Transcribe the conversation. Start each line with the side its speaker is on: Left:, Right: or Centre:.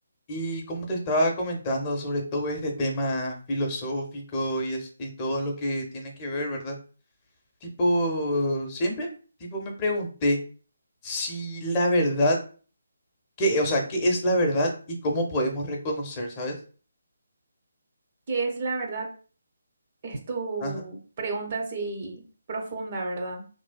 Left: Y como te estaba comentando sobre todo este tema filosófico y, es, y todo lo que tiene que ver, ¿verdad? Tipo, siempre tipo me pregunté si la verdad, qué, o sea, qué es la verdad y cómo podemos reconocer, ¿sabes?
Right: que es la verdad, es tu
Left: Ajá.
Right: pregunta así profunda, ¿verdad?